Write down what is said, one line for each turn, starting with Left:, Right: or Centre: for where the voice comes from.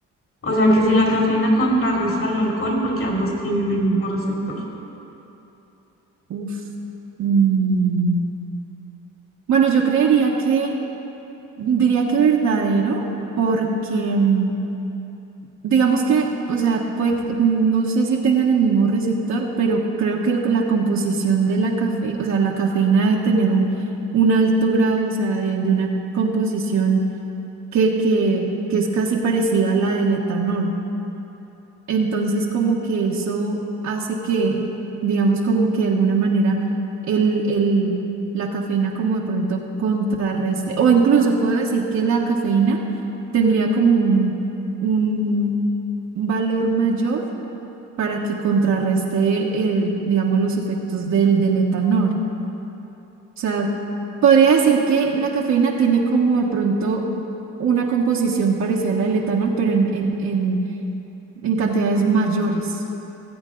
Left: O sea, que si la cafeína contrarresta al alcohol porque ambos tienen el mismo receptor.
Right: Uf. Mm, Bueno, yo creería que, diría que verdadero, porque mm, digamos que, o sea, puede, que- no sé si tengan el mismo receptor, pero creo que el- la composición de la cafe, o sea, la cafeína debe tener un, un alto grado, o sea, de, de una composición que, que, que es casi parecida a la del etanol. Entonces, como que eso hace que, digamos, como que de alguna manera el, el, la cafeína como de pronto contrarrestre, o incluso puedo decir que la cafeína tendría como un, un valor mayor para que contrarreste el, digamos, los efectos del, del etanol. O sea, podría decir que la cafeína tiene como de pronto una composición parecida a la del etanol, pero en, en, en en cantidades mayores.